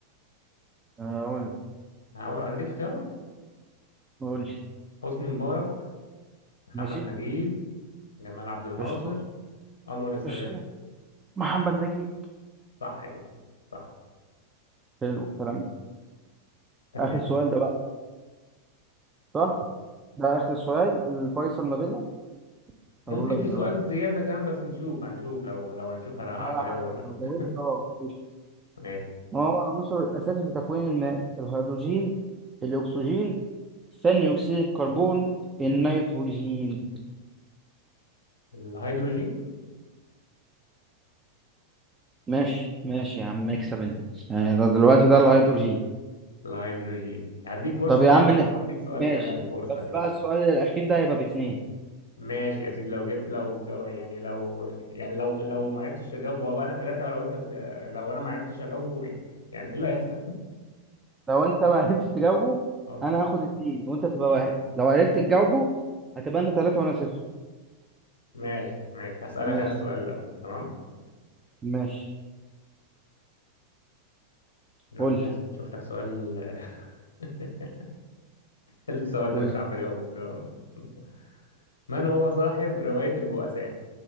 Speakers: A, on the right; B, on the left.
A: آه، قول لي.
B: هو- هديك اختيارات
A: قول لي
B: حسني مبارك محمد
A: ماشي
B: نجيب جمال عبد الناصر
A: قشطة
B: أنور السادات
A: قشطة محمد نجيب
B: صح كده صح
A: حلو الكلام ده
B: تمام
A: اخر سؤال ده بقى صح ده اخر سؤال الفيصل ما بيننا
B: ممكن
A: هقول لك
B: في
A: دلوقتي
B: سؤال زيادة كمان بس نشوف هنشوف لو لو هنشوف هل هعرف
A: على
B: أجاوب
A: حسب
B: ولا
A: لو جاوبت
B: لأ <laughs>
A: اه قشطة.
B: ماشي
A: ما هو العنصر الاساسي في تكوين الماء الهيدروجين الاكسجين ثاني اكسيد الكربون النيتروجين
B: الهيدروجين
A: ماشي ماشي يا عم اكسب انت يعني ده دلوقتي ده الهيدروجين
B: الهيدروجين هديك فرصة
A: طب
B: طب
A: يا
B: كمان
A: عم ن-
B: وأديك سؤال
A: ماشي
B: كمان فرصة
A: بس
B: كده
A: بقى السؤال الاخير ده يبقى باتنين
B: ماشي يا سيدي لو جبت لو جو- يعني لو يعني لو لو ما عرفتش اجاوبه وابقى انا ثلاثة ولو انت لو انا ما عرفتش اجاوبه يعني ايه اللي هيحصل؟
A: لو انت ما عرفتش تجاوبه
B: <laughs> اه
A: انا هاخد اتنين وانت تبقى واحد لو عرفت تجاوبه هتبقى انت تلاتة وانا صفر
B: ماشي ماشي هسألك
A: ماشي
B: انا السؤال لو تمام
A: ماشي
B: نقول
A: قول لي
B: لك قول شوف لك سؤال <laughs> السؤال
A: قول
B: ده مش
A: لي
B: عارف اجاوبه تمام <laughs> من هو صاحب رواية البؤساء؟